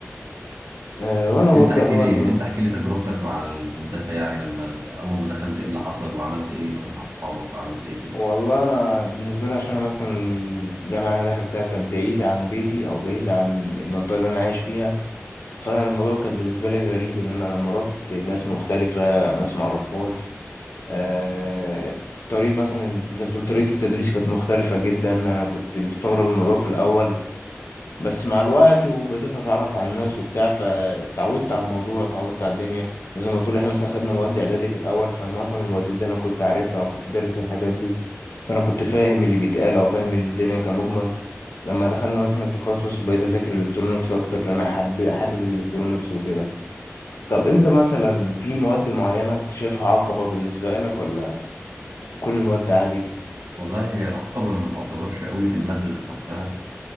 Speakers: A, on the left; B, on the right.
A: آه وانا
B: أنت
A: برضو
B: احكي
A: يعتبر
B: لي أنت احكي لي تجربتك مع الهندسة يعني لما أول ما دخلت إيه اللي حصل وعملت إيه مع أصحابك وعملت إيه كده
A: والله انا بالنسبة لي عشان انا مثلا الجامعة اللي انا دخلتها كانت بعيدة عن بيتي او بعيدة عن المنطقة اللي انا عايش فيها فانا الموضوع كان بالنسبة لي غريب ان انا لما روحت ناس مختلفة ناس معرفهاش آه طريقة مثلا زي ما بتقول طريقة التدريس كانت مختلفة جدا أنا كنت مستغرب الموضوع في الأول بس مع الوقت وبدأت أتعرف على الناس وبتاع فتعودت على الموضوع تعودت على الدنيا مثلا ما تقول إحنا مثلا خدنا مواد إعدادي في الأول فمعظم المواد دي أنا كنت عارفها أو كنت دارس الحاجات دي فأنا كنت فاهم اللي بيتقال أو فاهم الدنيا كمجمل لما دخلنا مثلا التخصص بقيت أذاكر الإلكترونيكس أكتر لأن أنا حابب حابب الإلكترونيكس وكده طب أنت مثلا في مواد معينة بتشوفها عقبة بالنسبة لك ولا كل المواد عادي؟
B: والله هي العقبة ما تعتبرش قوي في المادة ذات نفسها